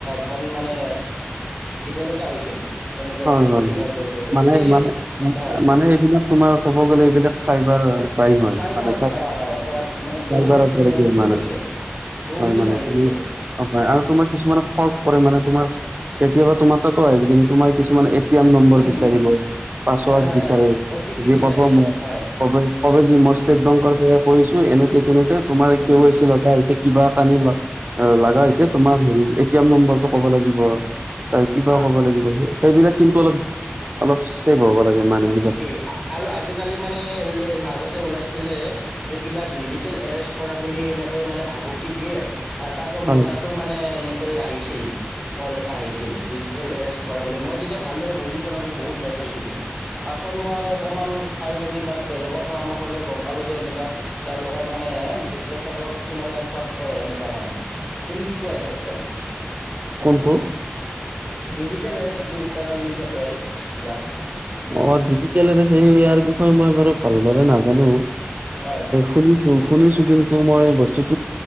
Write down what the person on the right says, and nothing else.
হয়
হয় হয়
মানে মানে,
মানে এইবিলাক তোমাৰ ক'ব গ'লে এইবিলাক চাইবাৰ হয়। ক্ৰাইম
মানে
চাইবাৰ
অপৰাধী
মানে
হয় মানে
তুমি
অ হয় আৰু তোমাৰ কিছুমানে ফল্চ কৰে মানে তোমাৰ কেতিয়াবা তোমাৰ তাতো আহিকিনি তোমাৰ কিছুমান নম্বৰ
বিচাৰিব।
পাছৱৰ্ড
বিচাৰে,
<unintelligible>
মই
ষ্টেট বেংকৰ পৰা কৰিছো এনেকে তেনেকে তোমাৰ <unintelligible>
লগা হৈছে, কিবা কাৰণে লাগা
হৈছে তোমাৰ এ টি এম নম্বৰটো ক'ব লাগিব, তাৰ কিবাওঁ
কব লাগিব, হে সেইবিলাক কিন্তু অলপ, অলপ চেভ হ'ব লাগে। মানুহবিলাক
হয়
কোনটো
অ' ডিজিটেলৰে ইয়াৰ বিষয়ে মই বাৰু ভালদৰে নাজানো,
শুনি উ শুনিছো কিন্তু মই বস্তু